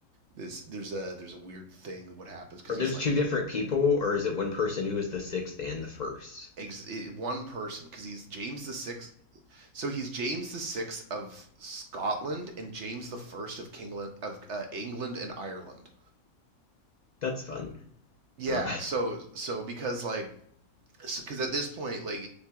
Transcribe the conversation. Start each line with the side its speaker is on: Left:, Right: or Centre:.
Right: there's there's a there's a weird thing what happens because
Left: are those
Right: he's like
Left: two different
Right: he,
Left: people, or is it one person who was the sixth and the first?
Right: ex- eh, one person because he's James the Sixth So he's James the Sixth of Scotland and James the First of Kingland of uh, England and Ireland.
Left: <laughs> That's fun.
Right: Yeah,
Left: Uh,
Right: so so because like because so, at this point like